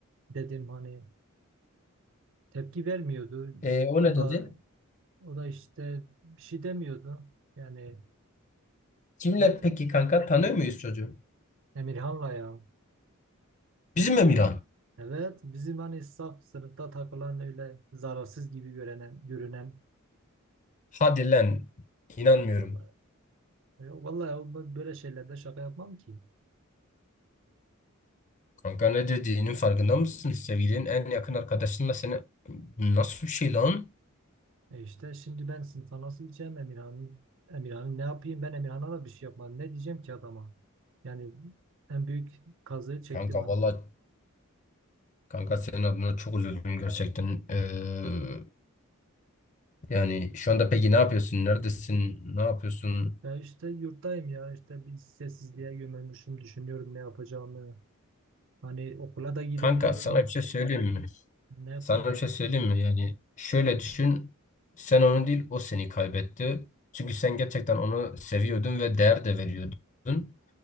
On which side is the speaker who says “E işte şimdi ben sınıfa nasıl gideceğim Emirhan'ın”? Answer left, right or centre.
Right